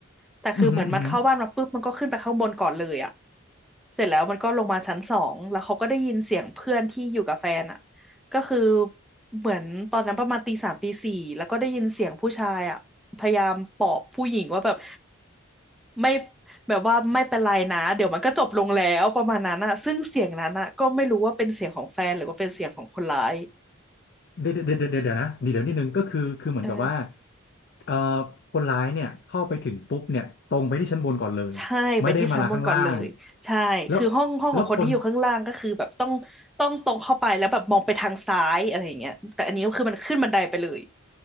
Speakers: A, in the centre; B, on the left.
A: แต่คือเหมือนมันเข้าบ้านมาปุ๊บมันก็ขึ้นไปข้างบนก่อนเลยอะ
B: ืมอหืออือืออืหือ
A: เสร็จแล้วมันก็ลงมาชั้นสองแล้วเขาก็ได้ยินเสียงเพื่อนที่อยู่กับแฟนอะ ก็คือเหมือนตอนนั้นประมาณตีสามตีสี่แล้วก็ได้ยินเสียงผู้ชายอ่ะพยายามปลอบผู้หญิงว่าแบบไม่แบบว่าไม่เป็นไรนะเดี๋ยวมันก็จบลงแล้วประมาณนั้นอ่ะซึ่งเสียงนั้นอ่ะก็ไม่รู้ว่าเป็นเสียงของแฟนหรือว่าเป็นเสียงของคนร้าย
B: เดี๋ยวเดี๋ยวเดี๋ยวเดี๋ยวเดี๋ยวนะนี่เดี๋ยวนิดนึงก็คือคือเหมือนกับว่า
A: เออ
B: เอ่อคนร้ายเนี่ยเข้าไปถึงปุ๊บเนี่ยตรงไปที่ชั้นบนก่อนเลยไม่ได้มาลาข้างล่าง
A: ใช่ไปที่ชั้นบนก่อนเลยใช่คือห้องห้องของคนที่อยู่ข้างล่างก็คือแบบต้องต้องตรงเข้าไปแล้วแบบมองไปทางซ้ายอะไรอย่างเงี้ยแต่อันนี้ก็คือมันขึ้นบันไดไปเลย
B: แล้วแล้วคน